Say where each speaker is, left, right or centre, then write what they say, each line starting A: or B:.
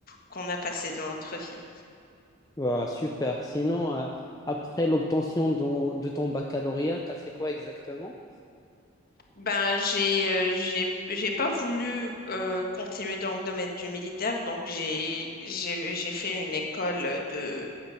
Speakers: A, on the left; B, on the left.
A: qu'on a passés dans notre vie.
B: Bah, super. Sinon, euh, après l'obtention de, de ton baccalauréat, t'as fait quoi exactement?
A: Ben, j'ai euh, j'ai j'ai pas voulu euh, continuer dans le domaine du militaire, donc j'ai j'ai j'ai fait une école de